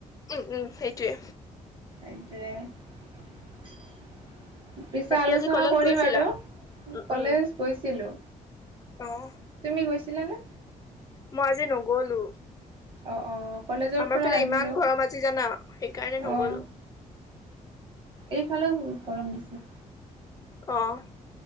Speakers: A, on the left (about 25°); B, on the right (about 35°).
A: উম, উম, সেইটোৱে।
B: এইটোৱে। পিছে
A: বাকী
B: আলোচনা
A: আজি কলেজ
B: কৰিম
A: গৈছিলা
B: আৰু,
A: উম
B: কলেজ
A: উম
B: গৈছিলো।
A: অ'।
B: তুমি গৈছিলা নে?
A: মই আজি নগ'লো।
B: অ', অ', কলেজৰ
A: আমাৰ
B: পৰা
A: ফালে
B: আহিলোঁ।
A: ইমান ঘৰম আজি জানা সেইকাৰণে
B: অ',
A: নগলো।
B: এইফালেও বহুত গৰম দিছে।
A: অ'।